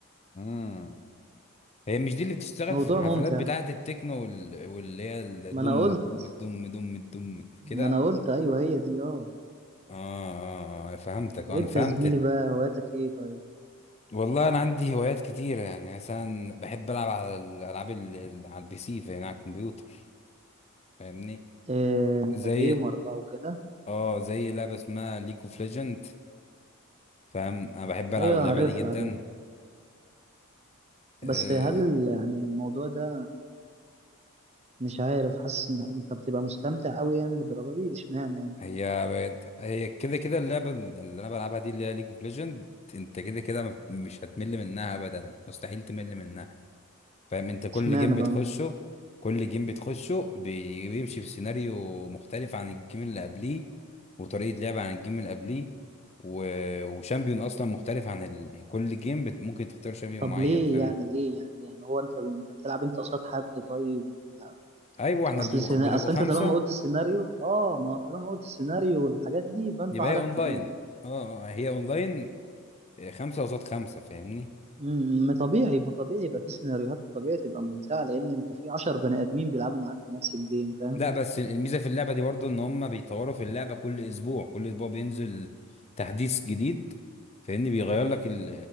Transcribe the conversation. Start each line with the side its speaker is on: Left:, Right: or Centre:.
Left: امم هي مش دي اللي بتشتغل
Right: موضوع
Left: في الحفلات
Right: ممتع
Left: بتاعة التكنو وال... واللي هي الدم
Right: ما انا قلت
Left: دم دم دم دم كده
Right: ما انا قلت ايوه هي دي اه
Left: آه, آه, آه فهمتك آه، أنا
Right: انت
Left: فهمت
Right: يا زميلي
Left: ال...
Right: بقى هواياتك ايه طيب
Left: والله أنا عندي هوايات كتيرة يعني مثلا بحب ألعب على الألعاب ال... ال- على البي سي فاهم على الكمبيوتر فاهمني
Right: إيه انت
Left: زي
Right: جيمر بقى وكده
Left: اه زي لعبة اسمها ليج اوف ليجند فاهم أنا بحب ألعب
Right: ايوه
Left: اللعبة
Right: عارفها
Left: دي جدا
Right: عارفها
Left: آه،
Right: بس هل ال- يعني الموضوع ده مش عارف حاسس ان انت بتبقى مستمتع قوي يعني بالدرجه دي اشمعنى يعني
Left: هي هي كده كده اللعبة اللي انا بلعبها دي اللي هي ليج اوف ليجند انت كده كده ما- مش هتمل منها ابدا مستحيل تمل منها فاهم انت كل
Right: اشمعنى
Left: جيم بتخشه
Right: بقى
Left: كل جيم بتخشه بي- بيمشي في سيناريو مختلف عن الجيم اللي قبليه وطريقة لعب عن الجيم اللي قبليه و... وشامبيون اصلا مختلف عن ال... كل جيم بت... ممكن تختار شامبيون
Right: طب
Left: معين
Right: ليه
Left: فاهم
Right: يعني ليه يعني يعني هو انت انت بتلعب انت قصاد حد طيب ولا
Left: ايوه احنا
Right: اصل
Left: بنبقوا
Right: سينا...
Left: بنبقوا
Right: اصل
Left: خمسة
Right: انت طالما قلت سيناريو اه ما هو انت طالما قلت سيناريو والحاجات دي يبقى انتوا
Left: يبقى
Right: عدد
Left: هي اونلاين
Right: كبير
Left: اه آه، هي اونلاين آه، خمسة قصاد خمسة فاهمني
Right: امم ما طبيعي ما طبيعي يبقى في سيناريوهات وطبيعي تبقى ممتعه لان انت في 10 بني ادمين بيلعبوا معاك في نفس الجيم فاهم
Left: لا بس الميزه في اللعبه دي برضه ان هم بيطوروا في اللعبه كل اسبوع كل اسبوع بينزل تحديث جديد فاهمني بيغير لك ال-